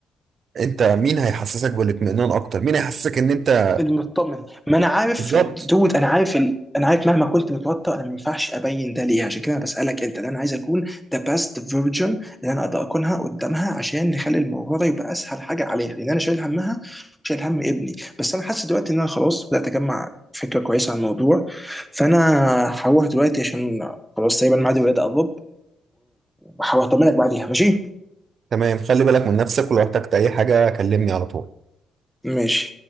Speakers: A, on the right; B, in the centre.
A: انت مين هيحسسك بالاطمئنان اكتر مين هيحسسك ان انت
B: المطمن ما انا عارف
A: بالظبط
B: دود انا عارف ال... انا عارف مهما كنت متوتر انا ما ينفعش ابين ده ليها عشان كده انا بسالك انت لأن انا عايز اكون ذا بيست فيرجن اللي انا اقدر اكونها قدامها عشان نخلي الموضوع ده يبقى اسهل حاجه عليها لان انا شايل همها وشايل هم ابني بس انا حاسس دلوقتي ان انا خلاص بدات اجمع فكره كويسه عن الموضوع فانا هروح دلوقتي عشان خلاص تقريبا ميعاد الولاده قرب وهطمنك بعديها ماشي
A: تمام خلي بالك من نفسك ولو احتجت اي حاجه كلمني على طول
B: ماشي